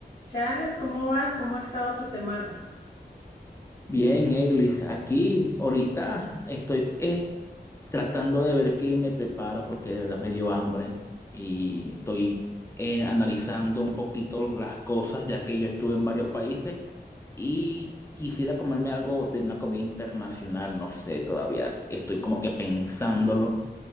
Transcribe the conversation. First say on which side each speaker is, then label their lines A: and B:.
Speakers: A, on the left; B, on the left.
A: Charles, ¿cómo vas? ¿Cómo ha estado tu semana?
B: Bien, Eglis, aquí ahorita estoy eh, tratando de ver qué me preparo porque de verdad me dio hambre y estoy eh, analizando un poquito las cosas ya que yo estuve en varios países y quisiera comerme algo de una comida internacional, no sé, todavía estoy como que pensándolo